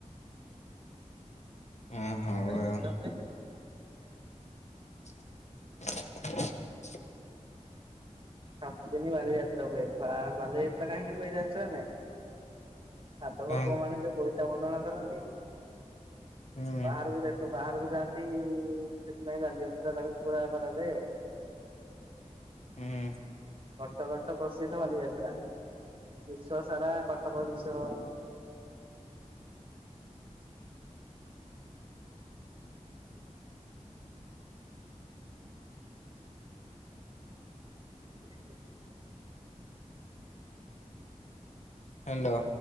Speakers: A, on the right; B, on the left.
A: <unintelligible>
B: ହଁ ହଉ ଆଉ ହ
A: ସାତଦିନ ବାଲିଯାତ୍ରା ହୁଏ ପା ବାଲିଯାତ୍ରା କହିଁକି ହୁଏ ଜାଣିଛ ନାଇ? ସାଧବ
B: କାଇଁ
A: ପୁଅମାନେ ଯୋଉ ବୋଇତ ବନ୍ଦଣା କରନ୍ତି
B: ହୁଁ
A: ବାହାରକୁ ଦା ସ ବାହାରକୁ ଯାଆନ୍ତି ସେଥିପାଇଁ ବାଲିଯାତ୍ରା ତାକୁ ପୁରା କରାଯାଏ ଆଉ।
B: ହୁଁ।
A: କଟକରେ ତ ପ୍ରସିଦ୍ଧ ବାଲିଯାତ୍ରା ବିଶ୍ଵ ସାରା କଟକ ବିଶ ହ
B: ହ୍ୟାଲୋ।